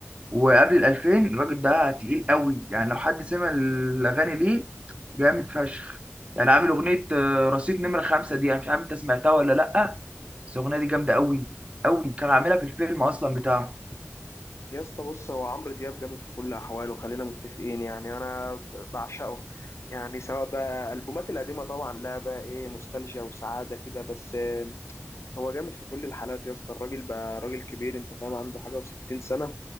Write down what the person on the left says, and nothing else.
يا اسطى بص هو عمرو دياب جامد في كل احواله خلينا متفقين يعني انا بعشقه يعني سواء بقى البومات القديمه طبعا لا بقى ايه نوستالجيا وسعاده كده بس آه، هو جامد في كل الحالات يا اسطى الراجل بقى راجل كبير انت فاهم عنده حاجه و60 سنه